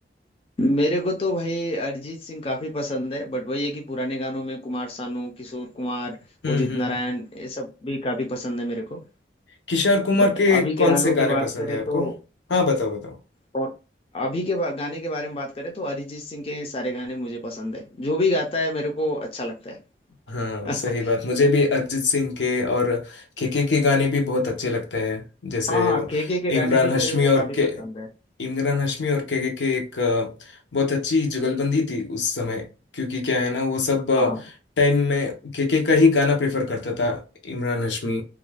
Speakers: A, on the left; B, on the left.
A: मेरे को तो भाई अरिजीत सिंह काफी पसंद है बट वही है कि पुराने गानों में कुमार सानू किशोर कुमार
B: हम्म
A: उदित
B: हम्म
A: नारायण
B: हम्म
A: ये सब भी काफी पसंद है मेरे को
B: किशोर कुमार
A: बट
B: के
A: अभी
B: कौन
A: के गानों
B: से
A: की
B: गाने
A: बात
B: पसंद
A: करें
B: है
A: तो
B: आपको हाँ बताओ बताओ
A: कौन- अभी के बा- गाने के बारे में बात करें तो अरिजीत सिंह के सारे गाने मुझे पसंद है जो भी गाता है मेरे को अच्छा लगता है
B: हाँ
A: <laughs>
B: सही बात मुझे भी अरिजीत सिंह के और केके के गाने भी बहुत अच्छे लगते हैं जैसे
A: हाँ हाँ
B: वो
A: के के के गाने
B: इमरान
A: भी
B: हाशमी
A: मेरे को
B: और
A: काफी
B: के
A: पसंद है
B: इमरान हाशमी और केके के एक अ, बहुत अच्छी जुगलबंदी थी उस समय क्योंकि क्या है ना वो सब
A: हाँ
B: टाइम में केके का ही गाना प्रेफर करता था इमरान हाशमी